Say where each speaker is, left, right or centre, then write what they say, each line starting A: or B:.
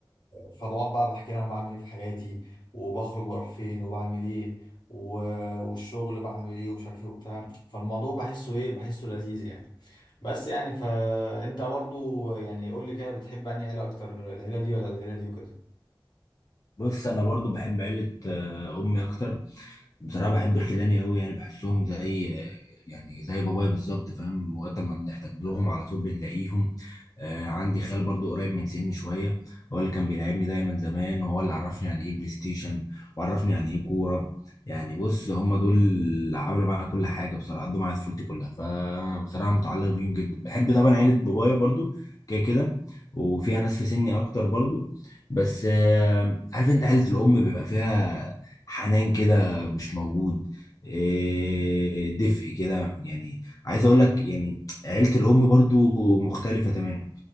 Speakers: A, on the left; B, on the left.
A: فبقعد بقى بحكي لها انا بعمل ايه في حياتي وبخرج بروح فين وبعمل ايه و... والشغل بعمل ايه ومش عارف ايه وبتاع فالموضوع بحسه ايه بحسه لذيذ يعني بس يعني فانت برضو يعني قول لي كده بتحب انهي عيله اكتر العيله دي ولا العيله دي وكده
B: بص انا برضو بحب عيلة آه، امي اكتر بصراحة بحب خلاني قوي يعني بحسهم زي يعني زي بابايا بالظبط فاهم وقت ما بنحتاج لهم على طول بنلاقيهم آه عندي خال برضو قريب من سني شوية هو اللي كان بيلعبني دايما زمان وهو اللي عرفني يعني ايه بلاي ستيشن وعرفني يعني ايه كورة يعني بص هم دول اللي عملوا معايا كل حاجة بصراحة قضوا معايا طفولتي كلها فبصراحة متعلق بيهم جدا بحب طبعا عيلة بابايا برضو كده كده وفيها ناس في سني اكتر برضو بس آه عارف انت عيلة الام بيبقى فيها حنان كده مش موجود إيه، دفء كده يعني عايز اقول لك يعني عيلة الام برضو مختلفة تماما